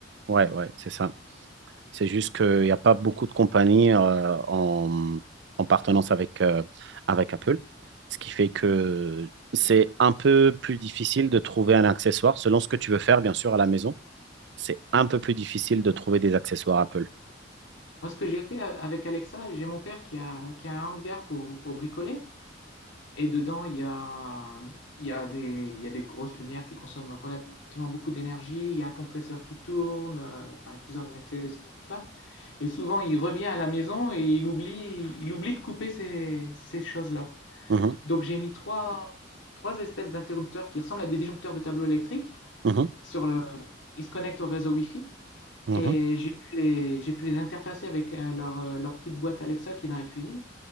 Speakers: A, on the right (about 65°); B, on the left (about 80°).
A: Ouais, ouais, c'est ça. C'est juste qu'il n'y a pas beaucoup de compagnies euh, en, en partenance avec, euh, avec Apple, ce qui fait que c'est un peu plus difficile de trouver un accessoire, selon ce que tu veux faire, bien sûr, à la maison. C'est un peu plus difficile de trouver des accessoires Apple.
B: Moi, ce que j'ai fait euh, avec Alexa, j'ai mon père qui a, qui a un hangar pour, pour bricoler. Et dedans, il y a, il y a des, il y a des grosses lumières qui consomment relativement beaucoup d'énergie, il y a un compresseur qui tourne, euh, enfin, il y a plusieurs accessoires. Et souvent, il revient à la maison et il oublie, il oublie de couper ces, ces choses-là.
A: Mhm,
B: Donc, j'ai mis trois, trois espèces d'interrupteurs qui ressemblent à des disjoncteurs de tableau électrique.
A: mhm,
B: Sur le, ils se connectent au réseau Wi-Fi
A: mhm.
B: et j'ai pu les, j'ai pu les interfacer avec euh, leur, euh, leur petite boîte Alexa qui est dans la cuisine.